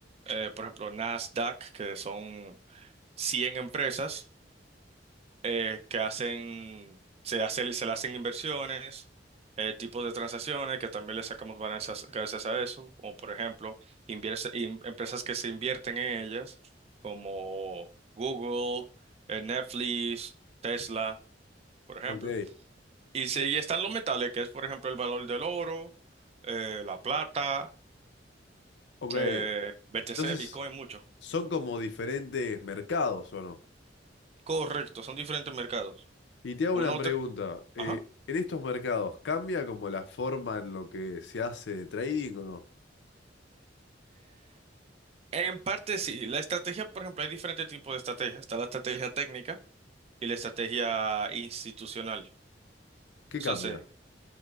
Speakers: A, on the right; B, on the left.
A: eh, por ejemplo, Nasdaq, que son 100 empresas. eh, que hacen, se hace, se le hacen inversiones, eh, tipos de transacciones que también le sacamos ganancias gracias a eso, como por ejemplo, invierte- in- empresas que se invierten en ellas, como Google, eh, Netflix, Tesla, por ejemplo.
B: Ok,
A: Y, sí, y están los metales, que es por ejemplo el valor del oro, eh, la plata,
B: ok.
A: eh, BTC,
B: Entonces,
A: Bitcoin, mucho.
B: son como diferentes mercados, ¿o no?
A: Correcto, son diferentes mercados.
B: Y te hago
A: Uno
B: una pregunta.
A: te...
B: eh,
A: Ajá.
B: ¿en estos mercados cambia como la forma en lo que se hace trading o no?
A: En parte sí, la estrategia, por ejemplo, hay diferentes tipos de estrategias. Está la estrategia técnica y la estrategia institucional.
B: ¿Qué
A: Entonces,
B: cambia?